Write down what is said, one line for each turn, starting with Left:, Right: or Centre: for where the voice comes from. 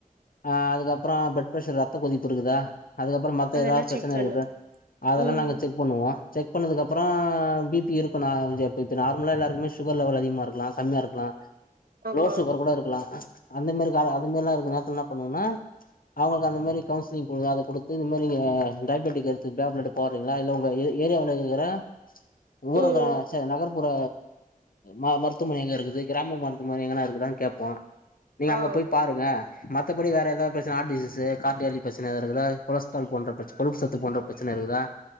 Left: ஆ அதுக்கப்றொ பிளட் பிரெஷர் ரத்த கொதிப்பு இருக்குதா அதுக்கப்றொ மத்த
Right: அதெல்லா
Left: எதாவது பிரச்சன
Right: செக் பண்ணு
Left: இருக்குதா அதெல்லா
Right: ம்
Left: நாங்க செக் பண்ணுவோ செக் பண்ணதுக்கப்றொ பிப் பி இருக்கு நா அஞ்சாப்பேத்து நார்மலா எல்லாருக்குமே சுகர் லெவல் அதிகமா இருக்கலா கம்மியா இருக்கலா
Right: ஆமா
Left: லோ ஷூகர் கூட இருக்லா அந்த மாரி கால அந்த மேரில்லா இருக்க நேரத்துல ன்னா பண்ணுவோனா அவங்களுக்கு அந்த மேரி கவுன்சிலிங் குடு அத குடுத்து இந்த மாரி நீங்க ஆ டயபெடிக் எடுத்து டேப்லெட் போட்றீங்களா இல்ல உங்க ஏரியாவுல இருக்கற ஊரக
Right: ம்
Left: ச நகர்ப்புற ம மருத்துவமனை எங்க இருக்குது கிராம மருத்துவமனை எங்கனா இருக்குதான் கேப்போ நீங்க
Right: ஆ
Left: அங்க போய் பாருங்க மத்தபடி வேற எதாவது ப்ரச்சன ஹாட் டிசீஸ் கார்டாலி பிரச்சன எதாவ இருக்குதா கொலஸ்ட்ரால் போன்ற பிரச்ச கொழுப்பு சத்து போன்ற பிரச்சன இருக்குதா